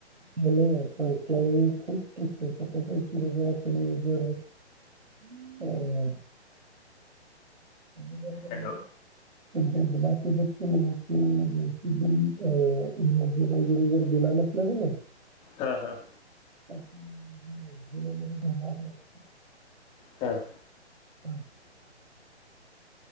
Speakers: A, on the right; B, on the left.
A: <unintelligible> <unintelligible> <unintelligible>
B: hello
A: <unintelligible> हम्म.
B: हां हां.
A: <unintelligible>
B: हां.
A: <unintelligible> अ